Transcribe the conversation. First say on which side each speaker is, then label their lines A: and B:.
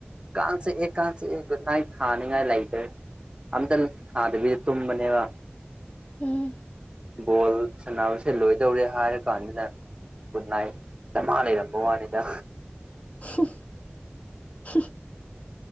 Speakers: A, on the right (about 25°); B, on the left (about 35°).
A: ꯀꯥꯡ ꯆꯤꯛꯑꯦ ꯀꯥꯡ ꯆꯤꯛꯑꯦ ꯒꯨꯠ ꯅꯥꯏꯠ ꯊꯥꯅꯤꯉꯥꯏ ꯂꯩꯇ ꯑꯝꯇ ꯊꯥꯗꯕꯤꯗ ꯇꯨꯝꯕꯅꯦꯕ
B: ꯎꯝ
A: ꯕꯣꯜ ꯁꯥꯟꯅꯕꯁꯦ ꯂꯣꯏꯗꯧꯔꯦ ꯍꯥꯏꯔ ꯀꯥꯟꯗꯨꯗ ꯒꯨꯠ ꯅꯥꯏꯠ ꯑꯥꯃꯥ ꯂꯩꯔꯝꯕ ꯋꯥꯅꯤꯗ
B: ꯍꯝ ꯍꯝ